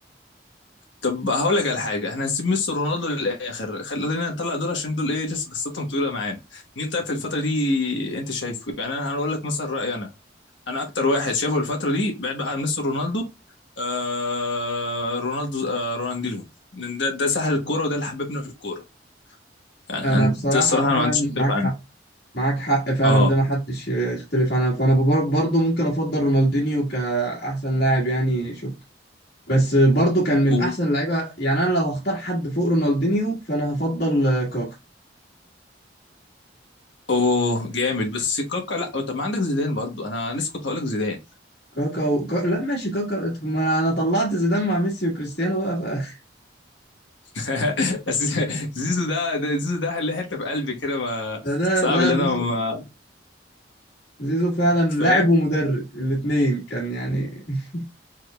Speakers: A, on the left; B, on the left.
A: طب هقول لك على حاجه احنا هنسيب ميسي ورونالدو للاخر خلينا نطلع دول عشان دول ايه لسه قصتهم طويله معانا مين طيب في الفتره دي انت شايفه يعني انا هقول لك مثلا رايي انا انا اكتر واحد شايفه الفتره دي بعد بقى عن ميسي ورونالدو آه رونالدو آه رونالدينيو لأن ده ده ساحر الكوره وده اللي حببنا في الكوره يعني
B: انا
A: أنا-
B: بصراحه
A: ده الصراحه
B: فعلا
A: انا ما عنديش اختلاف
B: معاك
A: عنه
B: حق. معاك حق فعلا
A: اه
B: ده ما حدش يختلف عنها فانا بر- برضو ممكن افضل رونالدينيو كاحسن لاعب يعني شفته بس برضو كان من
A: و...
B: احسن اللعيبه يعني انا لو هختار حد فوق رونالدينيو فانا هفضل كاكا
A: اوه جامد بس كاكا لا طب ما عندك زيدان برضو انا لسه كنت هقول لك زيدان
B: كاكا و... كا... لا ماشي كاكا ما انا طلعت زيدان مع ميسي وكريستيانو بقى ف...
A: <laughs> بس زيزو ده ده زيزو ده اللي حته في قلبي كده ما
B: <laughs> ده ده
A: صعب
B: لا
A: اللي انا
B: زيزو
A: ما
B: زيزو فعلا
A: فاهم
B: لاعب ومدرب الاثنين كان يعني <laughs>